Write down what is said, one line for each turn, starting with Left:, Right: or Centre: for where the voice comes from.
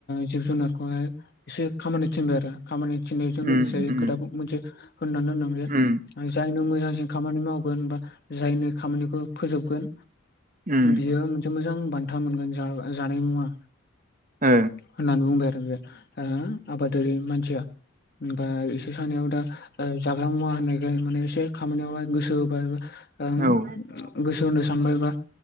Left: जिब जुनारखौहाय एसे खामानि थिनबाय आरो खामानि थिनायजों लोगोसे
Right: उम उम
Left: खोथााबो मोनसे होननानै दोन
Right: उम
Left: जायनो मोजांसिन खामानि मावगोन बा जायनो खामानिखौ फोजोबगोन
Right: उम उम
Left: बियो मोनसे मोजां बान्था मोनगोन जानाय मुङा
Right: ओ
Left: होननानै बुंबाय आरो आबादारि मानसिया हमबाय इसोर सानैआबोदा जाग्रा मुवा होननायखाय माने एसे खामानियावहाय गोसो होबाय एबा
Right: औ
Left: गोसो होनो सानबायबा